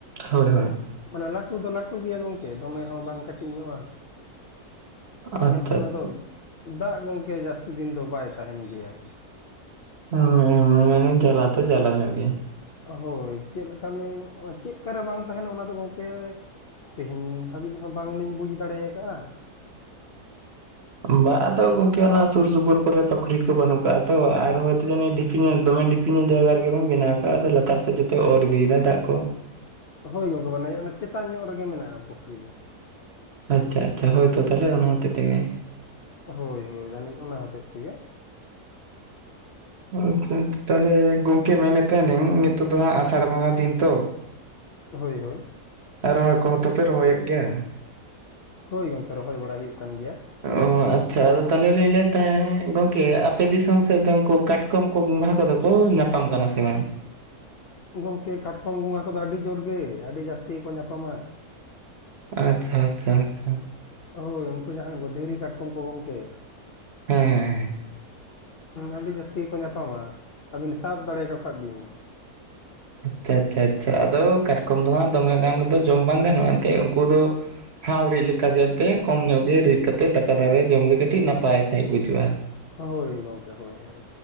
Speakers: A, on the right; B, on the left.
A: ᱦᱳᱭ ᱦᱳᱭ
B: ᱢᱟᱱᱮ ᱞᱟᱹᱴᱩ ᱫᱚ ᱞᱟᱹᱴᱩ ᱜᱮᱭᱟ ᱜᱚᱝᱠᱮ ᱫᱚᱢᱮ ᱦᱚᱸ ᱵᱟᱝ ᱠᱟᱹᱴᱤᱡ ᱧᱚᱜᱼᱟ᱾
A: ᱟᱪᱪᱷᱟ
B: ᱢᱮᱱᱠᱷᱟᱱ
A: ᱟᱪᱪᱷᱟ
B: ᱟᱫᱚ ᱫᱟᱜ ᱜᱚᱝᱠᱮ ᱡᱟᱹᱥᱛᱤ ᱫᱤᱱ ᱫᱚ ᱵᱟᱭ ᱛᱟᱦᱮᱸᱱ ᱜᱮᱭᱟ᱾
A: ᱦᱩᱸ ᱢᱟᱱᱮ ᱡᱟᱞᱟ ᱛᱚ ᱡᱟᱞᱟ ᱧᱚᱜ ᱜᱮᱭᱟ᱾
B: ᱦᱳᱭ ᱪᱮᱫ ᱞᱮᱠᱟᱱᱤᱧ ᱪᱮᱫᱠᱟᱨᱮ ᱵᱟᱝ ᱛᱟᱦᱮᱸᱱᱟ ᱚᱱᱟᱫᱚ ᱜᱚᱢᱠᱮ ᱛᱮᱦᱮᱧ ᱦᱟᱹᱵᱤᱡ ᱦᱚᱸ ᱵᱟᱝ ᱞᱤᱧ ᱵᱩᱡ ᱫᱟᱲᱮ ᱠᱟᱜᱼᱟ᱾
A: ᱵᱟ ᱟᱫᱚ ᱜᱚᱝᱠᱮ ᱚᱱᱟ ᱥᱩᱨ ᱥᱩᱯᱩᱨ ᱠᱚᱨᱮ ᱯᱩᱠᱷᱨᱤ ᱠᱚ ᱵᱟᱹᱱᱩᱜ ᱠᱟᱜᱼᱟ ᱛᱚ ᱟᱨ ᱦᱚᱭᱛᱚ ᱡᱟᱱᱤᱡ ᱰᱷᱤᱯᱤ ᱧᱚᱜ ᱫᱚᱢᱮ ᱰᱷᱤ ᱯᱤ ᱧᱚᱜ ᱡᱟᱭᱜᱟ ᱨᱮᱜᱮᱵᱮᱱ ᱵᱮᱱᱟᱣ ᱠᱟᱫᱼᱟ, ᱟᱫᱚ ᱞᱟᱛᱟᱨ ᱥᱮᱫ ᱡᱷᱚᱛᱚᱭ ᱚᱨ ᱤᱫᱤᱭᱫᱟ ᱫᱟᱜ ᱠᱚ᱾
B: ᱦᱳᱭ ᱜᱚᱝᱠᱮ ᱢᱟᱱᱮ ᱚᱱᱟ ᱪᱮᱛᱟᱱ ᱧᱚᱜ ᱨᱮᱜᱮ ᱢᱮᱱᱟᱜᱼᱟ ᱯᱩᱠᱷᱨᱤ ᱫᱚ᱾
A: ᱟᱪᱪᱷᱟ ᱟᱪᱪᱷᱟ ᱦᱳᱭ ᱛᱚ ᱛᱟᱦᱚᱞᱮ ᱚᱱᱟ ᱦᱚᱛᱮᱡ ᱛᱮᱜᱮ᱾
B: ᱦᱳᱭ ᱦᱳᱭ ᱡᱟᱹᱱᱤᱡ ᱚᱱᱟ ᱦᱚᱛᱮᱡ ᱛᱮᱜᱮ᱾
A: <unintelligible> ᱛᱟᱦᱚᱞᱮ ᱜᱚᱝᱠᱮ ᱢᱮᱱᱮᱫ ᱛᱟᱦᱮᱸᱱᱤᱧ ᱱᱤᱛᱳ ᱫᱚ ᱦᱟᱸᱜ ᱟᱥᱟᱲ ᱵᱚᱸᱜᱟ ᱫᱤᱱ ᱛᱚ,
B: ᱦᱳᱭ ᱦᱳᱭ᱾
A: ᱟᱨ ᱨᱚᱦᱚᱭ ᱠᱚᱦᱚᱸ ᱛᱚᱯᱮ ᱨᱚᱦᱚᱭᱮᱫ ᱜᱮᱭᱟ᱾
B: ᱦᱳᱭ ᱜᱚᱝᱠᱮ ᱨᱚᱦᱚᱭ ᱵᱟᱲᱟ ᱦᱩᱭᱩᱜ ᱠᱟᱱ ᱜᱮᱭᱟ᱾
A: ᱚ ᱟᱪᱪᱷᱟ ᱟᱫᱚ ᱛᱟᱦᱚᱞᱮ ᱞᱤᱧ ᱞᱟᱹᱭᱮᱫ ᱛᱟᱦᱮᱸᱫ ᱜᱚᱢᱠᱮ ᱟᱯᱮ ᱫᱤᱥᱚᱢ ᱥᱮᱫ ᱫᱚ ᱩᱱᱠᱩ ᱠᱟᱴᱠᱚᱢ ᱠᱚ <unintelligible> ᱠᱚᱫᱚ ᱠᱚ ᱧᱟᱯᱟᱢ ᱠᱟᱱᱟ ᱥᱮ ᱵᱟᱝ?
B: ᱜᱚᱢᱠᱮ ᱠᱟᱴᱠᱚᱢ ᱜᱚᱸᱜᱟ ᱠᱚᱫᱚ ᱟᱹᱰᱤ ᱡᱳᱨ ᱜᱮ ᱟᱹᱰᱤ ᱡᱟᱹᱥᱛᱤ ᱜᱮᱠᱚ ᱧᱟᱯᱟᱢᱟ᱾
A: ᱟᱪᱪᱷᱟ ᱪᱷᱟ ᱪᱷᱟ᱾
B: ᱦᱳᱭ ᱩᱱᱠᱩ ᱡᱟᱦᱟᱸᱭ ᱫᱷᱤᱨᱤ ᱠᱟᱴᱠᱚᱢ ᱠᱚ ᱜᱚᱢᱠᱮ᱾
A: ᱦᱮᱸ ᱦᱮᱸ ᱦᱮᱸ᱾
B: ᱟᱹᱰᱤ ᱡᱟᱹᱥᱛᱤ ᱠᱚ ᱧᱟᱯᱟᱢᱟ ᱟᱹᱵᱤᱱ ᱥᱟᱵ ᱫᱟᱲᱮᱭᱟᱠᱚ ᱠᱷᱟᱡ ᱵᱤᱱ
A: ᱟᱪᱪᱷᱟ ᱟᱪᱪᱷᱟ ᱟᱪᱪᱷᱟ ᱟᱫᱚ ᱠᱟᱴᱠᱚᱢ ᱫᱚ ᱦᱟᱸᱜ ᱫᱚᱢᱮ ᱜᱟᱱ ᱫᱚ ᱡᱚᱢ ᱵᱟᱝ ᱜᱟᱱᱚᱜᱼᱟ ᱮᱱᱛᱜ ᱩᱱᱠᱩ ᱫᱚ ᱦᱟᱣ ᱨᱤᱫ ᱞᱮᱠᱟ <unintelligible> ᱠᱚᱢ ᱧᱚᱜ ᱜᱮ ᱨᱤᱫ ᱠᱟᱛᱮ ᱫᱟᱠᱟ ᱫᱷᱟᱨᱮ ᱨᱮ ᱡᱚᱢ ᱜᱮ ᱠᱟᱹᱴᱤᱡ ᱱᱟᱯᱟᱭ ᱥᱟᱺᱦᱤᱡ ᱵᱩᱡᱩᱜᱼᱟ᱾
B: ᱦᱳᱭ ᱜᱚᱢᱠᱮ ᱦᱳᱭ ᱦᱳᱭ᱾